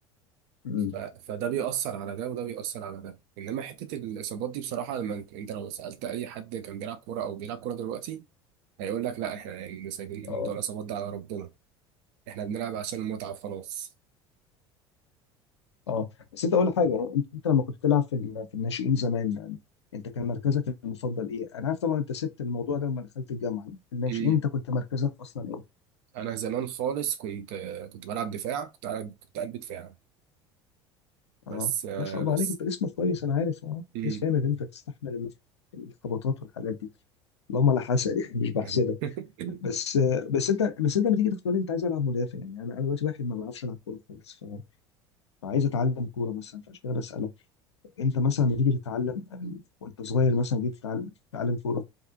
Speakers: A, on the left; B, on the right.
A: مم.
B: ف... فده بيأثر على ده وده بيأثر على ده انما حتة الاصابات دي بصراحة لما انت أنت لو سألت اي حد كان بيلعب كورة او بيلعب كورة دلوقتي هيقول لك لا احنا اللي سايبين
A: اه
B: موضوع الاصابات ده على ربنا احنا بنلعب عشان المتعة خلاص
A: اه بس انت اقول لك حاجه انت انت لما كنت بتلعب في ال- في الناشئين زمان يعني انت كان مركزك المفضل ايه؟ انا عارف طبعا انت سبت الموضوع ده لما دخلت الجامعه في الناشئين
B: امم
A: انت كنت مركزك اصلا ايه؟
B: انا زمان خالص كنت كنت بلعب دفاع كنت قلب كنت قلب دفاع
A: اه
B: بس آه،
A: ما شاء الله
B: بس
A: عليك انت اسمك كويس انا عارف اه
B: امم
A: اسم جامد انت تستحمل ال- الخبطات والحاجات دي اللهم لا حسد يعني <laughs> مش بحسدك
B: <laughs>
A: بس بس انت بس انت لما تيجي تختار انت عايز العب مدافع يعني انا انا دلوقتي واحد ما بعرفش العب كوره خالص ف- فعايز اتعلم كوره مثلا فعشان كده بسالك انت مثلا لما تيجي تتعلم وانت صغير مثلا جيت تتعلم تتعلم كوره